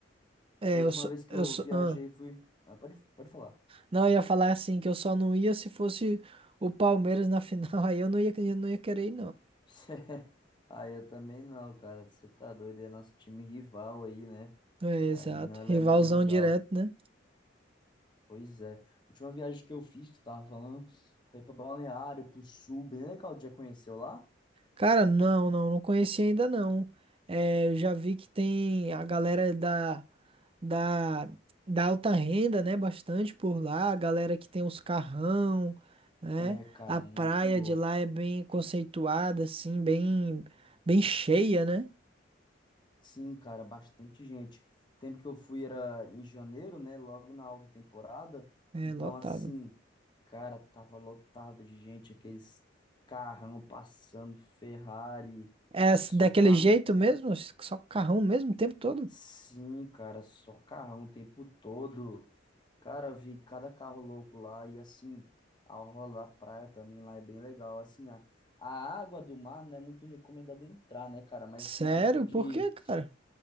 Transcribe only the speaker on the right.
É,
eu só,
eu
só,
ah.
Não, eu ia falar assim que eu só não ia se fosse o Palmeiras na final, <laughs> aí eu não ia, eu não ia querer ir, não.
É, exato,
rivalzão
direto, né?
Cara, não, não, não conheci ainda não. É, eu já vi que tem a galera da, da, da alta renda, né? Bastante por lá, a galera que tem os carrão, né?
A
praia
de lá é bem conceituada, assim, bem, bem cheia, né?
É
lotada.
É
s- daquele
jeito mesmo? Só carrão mesmo o tempo todo?
Sério?
Por quê, cara?